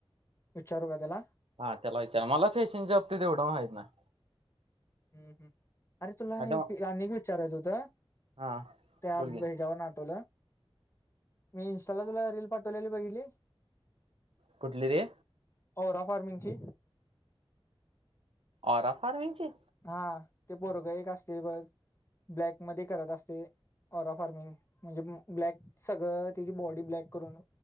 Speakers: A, on the left; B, on the right.
A: विचारू काय तेला?
B: हा तेला विचार मला फॅशनच्या बाबतीत एवढं माहित नाही.
A: हम्म हम्म अरे तुला
B: आता
A: एक
B: म-
A: आणि एक विचारायचं होतं?
B: हा
A: त्या
B: बोल की
A: भेजावरनं आटवलं? मी इंस्टाला तुला रील पाठवलेली बघितलीस?
B: कुठली रे!
A: ओरा फार्मिंगची.
B: औरा फारमिंगची.
A: हा ते पोरगं एक असतय बघ ब्लॅक मध्ये करत असतंय? ओरा फार्मिंग म्हणजे ब्लॅक सगळं तेची बॉडी ब्लॅक करून?